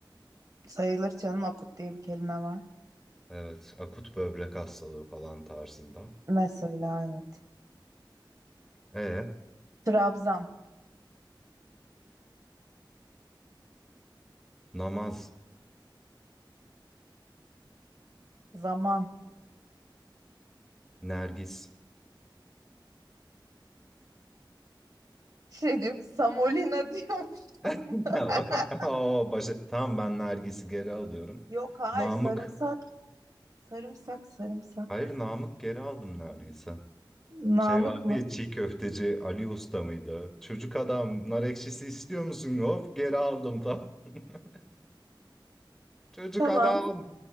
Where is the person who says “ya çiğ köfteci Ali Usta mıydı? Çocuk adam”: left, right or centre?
Centre